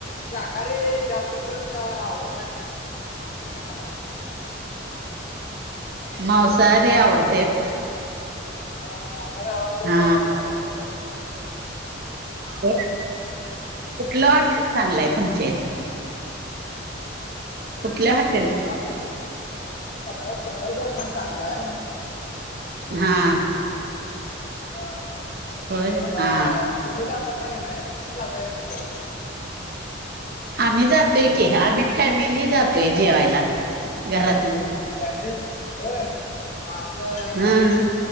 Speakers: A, on the left (about 40°); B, on the right (about 50°).
A: शाकाहारी जास्त करुन आवडत नाही. मला
B: मावसाहारी आवडत.
A: हॅलो. म मावसारी आवडतय
B: हा
A: त्यामुळं मावसारीच
B: होय, कुठलं हॉटेल चांगलंय तुमच्या इथं? कुठल्या हॉटेल?
A: <unintelligible> अ सगळं सगळंच हॉटेल चागल हाय.
B: हां.
A: हा
B: होय.
A: मग
B: हा
A: तुम्ही जाताय का नाई? तुम्ही जाताय काय नाही जेवाय?
B: आम्ही जातोय की, आम्ही फॅमिली जातोय जेवायला घरातली
A: फॅमिली होय मा असं.
B: हं